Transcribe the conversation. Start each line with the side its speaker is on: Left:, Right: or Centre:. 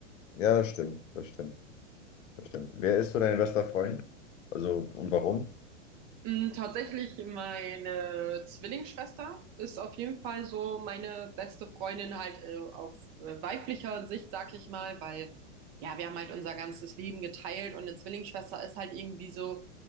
Left: Ja, das stimmt, das stimmt, das stimmt. Wer ist so dein bester Freund? Also und warum?
Right: Mm, Tatsächlich, meine Zwillingsschwester ist auf jeden Fall so meine beste Freundin halt äh, auf äh, weiblicher Sicht, sag ich mal, weil ja, wir haben halt unser ganzes Leben geteilt und eine Zwillingsschwester ist halt irgendwie so,